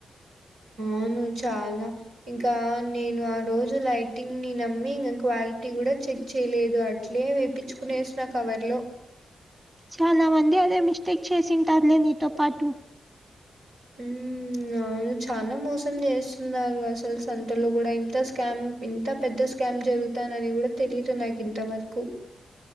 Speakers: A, on the right; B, on the right.
A: అవును చాలా ఇంకా నేను ఆ రోజు లైటింగ్ ని నమ్మి ఇంగా క్వాలిటీ గూడా చెక్ చేయలేదు అటు ఇట్లే వేపించుకునే ఎసికొనేసినా కవర్ లో
B: చాలా మంది అదే మిస్టేక్ చేసింటారులే నీతో పాటు <inaudible>
A: హ్మ్. అవును చానా మోసం చేస్తున్నారు అసలు సంతలో గూడా ఇంత స్కాం ఇంత పెద్ద స్కామ్ జరుగుతానని గూడా తెలిదు నాకు ఇంతవరకు